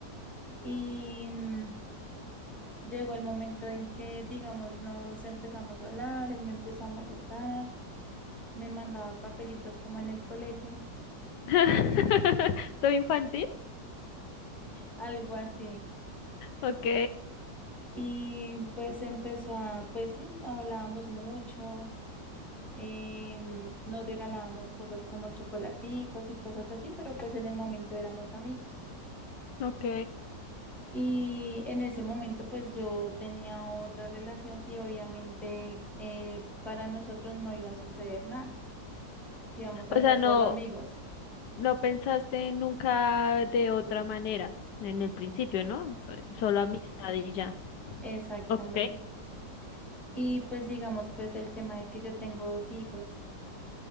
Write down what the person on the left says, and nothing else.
<laughs> ¿Todo infantil?
Ok,
ok.
O sea,
no,
no pensaste nunca de otra manera en el principio, ¿no? Fue Solo amistad y ya.
Ok,